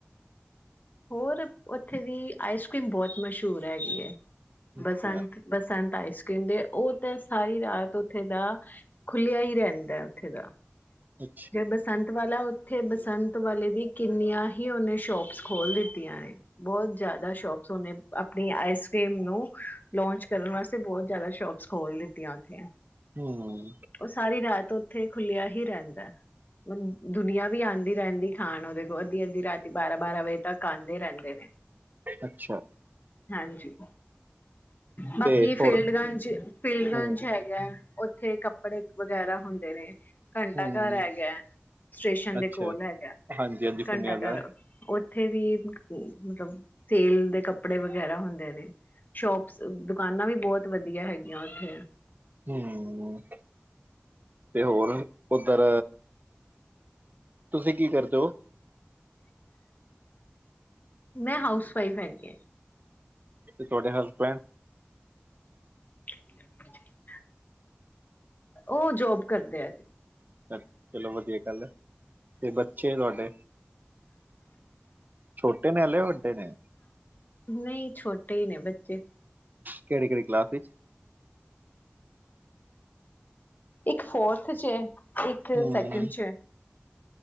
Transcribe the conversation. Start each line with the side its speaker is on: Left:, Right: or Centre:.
Left: ਹੋਰ ਉੱਥੇ ਦੀ ਆਈਸ ਕਰ੍ਰੀਮ ਬਹੁਤ ਮਸ਼ਹੂਰ ਹੈਗੀ ਹੈ।
Right: ਅੱਛਾ
Left: ਬਸੰਤ- ਬਸਾਂਤ ਆਈਸ ਕਰ੍ਰੀਮ ਦੇ ਉਹ ਤਾਂ ਸਾਰੀ ਰਾਤ ਉੱਥੇ ਦਾ ਖੁੱਲਿਆ ਹੀ ਰਹਿੰਦਾ। ਉੱਥੇ ਦਾ
Right: ਅੱਛਾ
Left: ਜੇ ਬਸੰਤ ਵਾਲਾ ਓਥੇ ਬਸੰਤ ਵਾਲੀ ਦੀ ਕਿੰਨੀਆਂ ਹੀ ਓਨੇ ਸ਼ੋਪਸ ਖੋਲ ਦਿਤੀਆਂ। ਬਹੁਤ ਜਿਆਦਾ ਸ਼ੋਪਸ ਓਨੇ ਆਪਣੀ ਆਈਸ ਕਰ੍ਰੀਮ ਨੂ ਲਾਂਚ ਕਰਨ ਵਾਸਤੇ ਬੋਹਤ ਜਿਆਦਾ ਸ਼ੋਪਸ ਖੋਲ ਦਿਤੀਆਂ। ਓਥੇ
Right: ਹਮ
Left: ਉਹ ਸਾਰੀ ਰਾਤ ਹੋ ਉੱਥੇ ਖੁੱਲਿਆ ਹੀ ਰਹਿੰਦਾ। ਮਤ ਦੁਨੀਆਂ ਵੀ ਆਉਂਦੀ ਰਹਿੰਦੀ ਖਾਣ ਉਹਦੇ ਕੋਲ ਅੱਧੀ- ਅੱਧੀ ਰਾਤੀ ਬਾਰਾਂ- ਬਾਰਾਂ ਵਜੇ ਤੱਕ ਆਉਂਦੇ ਰਹਿੰਦੇ ਨੇ।
Right: ਅੱਛਾ।
Left: ਹਾਂਜੀ। ਬਾਕੀ
Right: ਤੇ
Left: ਫੀਲਡਗੰਚ,
Right: ਹੋਰ
Left: ਫੀਲਡਗੰਚ
Right: ਹਮ
Left: ਹੈਗਾ। ਉੱਥੇ ਕ ਕੱਪੜੇ ਵਗੈਰਾ ਹੁੰਦੇ ਨੇ। ਘੰਟਾ
Right: ਹਮ
Left: ਘਰ ਹੈਗਾ। ਸਟੇਸ਼ਨ ਦੇ
Right: ਅੱਛਾ
Left: ਕੋਲ ਹੈਗਾ
Right: ਹਾਂਜੀ ਹਾਂਜੀ
Left: ਘੰਟਾ
Right: ਸੁਣਿਆ
Left: ਘਰ
Right: ਦਾ
Left: ਉੇ ਉਥੇ ਵੀ ਮਤਲਬ ਸੇਲ ਦੇ ਕੱਪੜੇ ਵਗੈਰਾ ਹੁੰਦੇ ਨੇ। ਸ਼ੋਪਸ ਦੁਕਾਨਾਂ ਵੀ ਬਹੁਤ ਵਧੀਆ ਹੈਗੀਆਂ। ਉੱਥੇ
Right: ਹਮ। ਤੇ ਹੋਰ, ਉੱਧਰ ਤੁਸੀਂ ਕੀ ਕਰਦੇ ਹੋ?
Left: ਮੈਂ ਹਾਊਸ ਵਾਈਫ ਹੈਗੀ।
Right: ਤੁਹਾਡੇ ਹਸਬੈਂਡ
Left: <inaudible> ਉਹ ਜੋਬ ਕਰਦੇ ਔ। ਜੀ,
Right: ਅ ਚਲੋ ਵਧੀਆ ਗੱਲ ਹੈ ਤੇ ਬੱਚੇ ਤੁਹਾਡੇ ਛੋਟੇ ਨੇ ਹਾਲੇ ਵੱਡੇ ਨੇ।
Left: ਨਹੀਂ ਛੋਟੇ ਹੀ ਨੇ ਬੱਚੇ
Right: ਕਿਹੜੀ ਕਿਹੜੀ ਕਲਾਸ ਵਿੱਚ
Left: ਇੱਕ ਫੋਰਥ ਚ ਹੈ ਇੱਕ
Right: ਹੂੰ
Left: ਸੈਕਿੰਡ ਚ